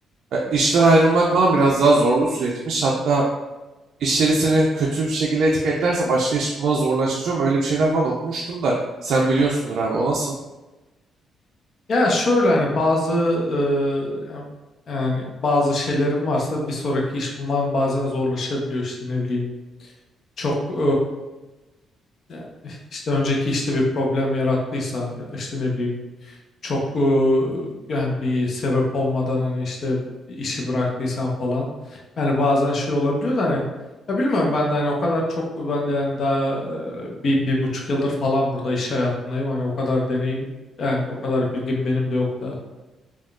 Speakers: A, on the right (about 65°); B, on the left (about 55°).
A: E, işten ayrılmak falan biraz daha zorlu süreçmiş. Hatta işleri seni kötü bir şekilde etiketlerse başka iş bulmanı zorlaştırıyor mu? Öyle bir şeyler falan okumuştum da sen biliyorsundur abi o nasıl?
B: Ya şöyle hani bazı e, ya- yani bazı şeylerim varsa bir sonraki iş bulman bazen zorlaşabiliyor işte ne bileyim çok e, yani işte önceki işte bir problem yarattıysan ya da işte ne bileyim çok e, yani bir sebep olmadan hani işte işi bıraktıysan falan yani bazen şey olabiliyor da hani ya bilmiyorum ben de hani o kadar çok ben de hani daha e, bir, bir buçuk yıldır falan burada iş hayatındayım hani o kadar deneyim yani o kadar bilgim benim de yok da.